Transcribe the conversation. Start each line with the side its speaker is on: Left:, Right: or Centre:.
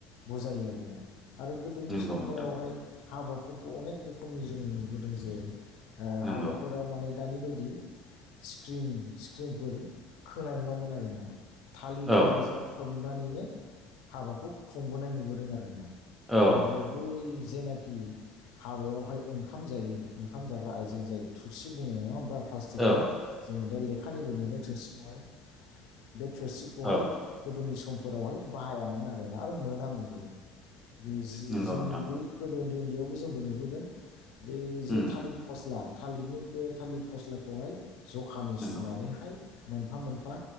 Left: बुजायो आरोना। आरो गोदोनि
Centre: नंगौ
Left: समफोरावहाय
Centre: नोंथां
Left: हाबाफोरखौ अनेक रोखोमनि जों नुबोदों जे ओ
Centre: नंगौ
Left: हाबाफोराव माने दानि बायदि स्क्रिन स्क्रिनफोर खोनाय नङामोन आरो ना। थालिर
Centre: औ
Left: बिलाइजों फोमनानैनो हाबाखौ खुंबोनाय नुबोदों आरो ना।
Centre: औ
Left: ओमफ्राय बै जेनाखि हाबायावहाय ओंखाम जायो ओंखाम जाग्रा आयजें जाय थुरसि बुङो नङा होमबा? प्लाासटिकनि
Centre: औ
Left: जोङो दा लेखानिबो मोनो थोरसिखौहाय बे थोरसिखौहाय
Centre: औ
Left: गोदोनि समफोरावहाय बाहायामोन आरोना आरो मोनामोनबो बे
Centre: नंगौ
Left: जों
Centre: नोंथां
Left: बे गोदो उन्दै उन्दैयावबो जोंबो नुबोदों बे जे
Centre: उम
Left: थालिर फस्ला थालिरनो बे थालिर फस्लाखौहाय जखानि
Centre: नंगौ
Left: सुनानैहाय मोनफा मोनफा